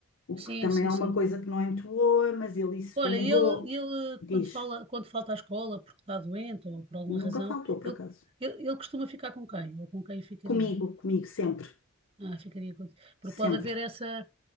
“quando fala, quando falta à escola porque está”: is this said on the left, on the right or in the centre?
Right